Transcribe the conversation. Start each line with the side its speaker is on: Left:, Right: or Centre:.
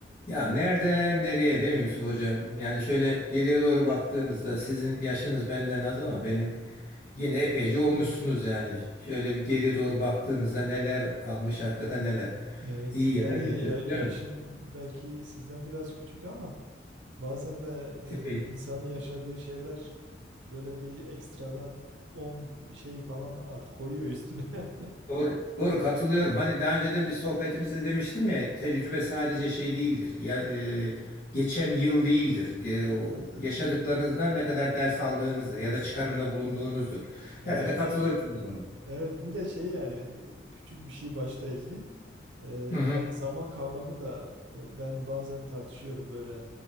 Left: Ya nereden nereye değil mi Yusuf hocam? Yani şöyle geriye doğru baktığınızda sizin yaşınız benden az ama benim yine epeyce olmuşsunuz yani. Şöyle bir geriye doğru baktığınızda neler kalmış arkada neler.
Right: Evet
Left: İyi
Right: yani
Left: ya da kötü
Right: ya- yaşım
Left: değil mi?
Right: belki sizden biraz küçük ama bazen de
Left: Epey.
Right: e, insanın yaşadığı şeyler böyle bir ekstradan 10 şey falan art koyuyor üstüne. <laughs>
Left: Doğru, doğru katılıyorum. Hani daha önceden bir sohbetimizde demiştim ya tecrübe sadece şey değildir. Ya, e, geçen yıl değildir. E, o yaşadıklarınızdan ne kadar ders aldığınızdır ya da çıkarımda bulunduğunuzdur.
Right: Evet.
Left: Herhalde katılırsınız buna.
Right: Evet bir de şey yani e, küçük bir şey başta ekleyeyim. Ee,
Left: Hı hı.
Right: yani zaman kavramı da e, ben bazen tartışıyorum böyle.